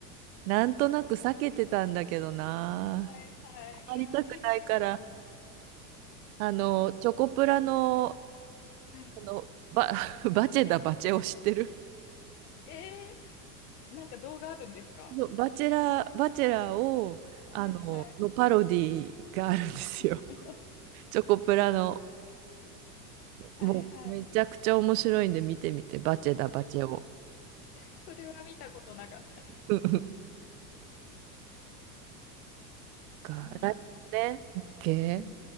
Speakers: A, on the right (about 60°); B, on the left (about 65°).
A: なんとなく避けてたんだけどな。
B: はい、はい。
A: あまりたくないから。
B: いや、見ると、はい、
A: あの、チョコプラの、
B: はい。
A: あの、バ、<laughs> バチェだ、バチェを知ってる
B: えーなんか動画あるんですか
A: そう、バチェラー、バチェラーを、
B: はいはい。
A: あの、のパロディがあるんですよ。
B: <laughs>
A: チョコプラの、
B: はいはい。
A: もうめちゃくちゃ面白いんで見てみて、バチェだ、バチェを。
B: それは見たことなかったです。
A: うんうんか、
B: ね
A: 来年ね。オッケー。
B: え。うん。